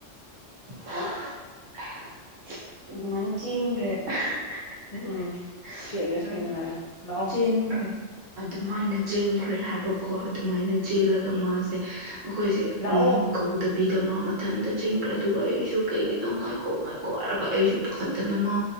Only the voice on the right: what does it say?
<unintelligible> ꯑꯗꯨꯃꯥꯏꯅ ꯆꯦꯟꯒ꯭ꯔꯦ ꯑꯗꯨꯃꯥꯏ
ꯇꯦꯟꯈ꯭ꯔꯦ ꯑꯗꯨꯃꯥꯏꯅ <unintelligible> ꯆꯦꯟꯈ꯭ꯔꯦ ꯍꯥꯏꯕꯀꯣ ꯑꯗꯨꯃꯥꯏꯅ ꯆꯦꯜꯂꯒ ꯃꯥꯖꯦ ꯃꯈꯣꯏꯁꯦ
ꯎꯝ ꯀꯧꯕꯗ ꯅꯨꯄꯤꯗꯣ ꯃꯥ ꯃꯊꯟꯇ ꯆꯦꯟꯈ꯭ꯔꯦ ꯑꯗꯨꯒ ꯑꯩꯁꯨ ꯀꯩꯒꯤꯅꯣ ꯉꯥꯏꯈꯣ ꯉꯥꯏꯈꯣ ꯍꯥꯏꯔꯒ ꯑꯩꯁꯨ ꯄꯥꯈꯠꯇꯅ ꯃꯥ